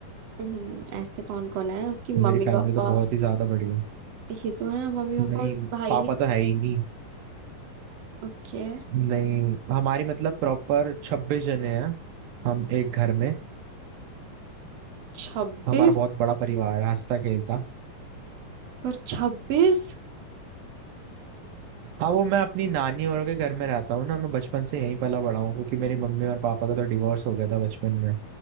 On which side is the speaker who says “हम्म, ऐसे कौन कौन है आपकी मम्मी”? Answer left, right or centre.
Right